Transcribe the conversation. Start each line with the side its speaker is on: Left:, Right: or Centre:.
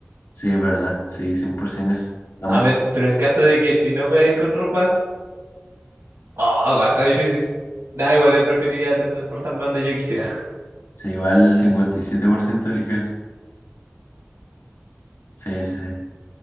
Left: Sí, es verdad. Sí, 100% eso. La
Right: A
Left: más
Right: ver,
Left: chica.
Right: pero en caso de que si no pueda ir con ropa, oh, está difícil. Nada, igual le preferiría teletransportarme donde yo quisiera.
Left: Sí, igual el 57% eligió eso. Sí, sí, sí.